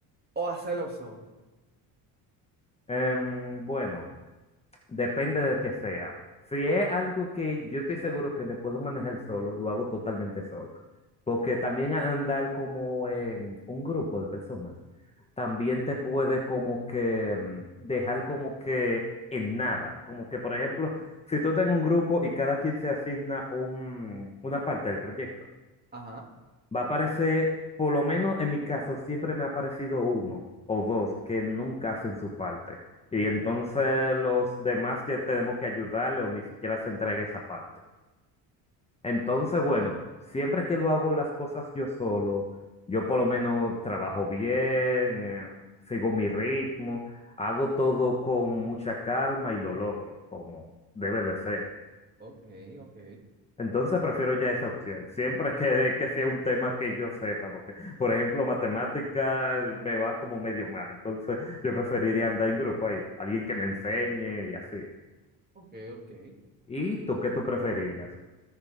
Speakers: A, on the right; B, on the left.
A: o hacerlo solo?
B: Em, bueno. Depende de qué sea. Si es algo que yo estoy seguro que me puedo manejar solo, lo hago totalmente solo. Porque también a- andar como en un grupo de personas, también te puede como que mm, dejar como que en nada. Como que, por ejemplo, si tú estás en un grupo y cada quien se asigna un, una parte del proyecto.
A: Ajá.
B: Va a aparecer, por lo menos en mi caso, siempre me ha aparecido uno o dos que nunca hacen su parte. Y
A: <laughs>
B: entonces los demás ya tenemos que ayudarle o ni siquiera se entrega esa parte. Entonces, bueno, siempre que lo hago las cosas yo solo, yo por lo menos trabajo bien, eh, sigo mi ritmo, hago todo con mucha calma y lo logro, como debe de ser.
A: Ok, ok,
B: Entonces prefiero ya esa opción, siempre que, que sea un tema que yo sepa, porque, por ejemplo, matemática me va como medio mal, entonces yo preferiría andar en grupo ahí, alguien que me enseñe y así.
A: ok, ok.
B: ¿Y tú qué tú preferirías?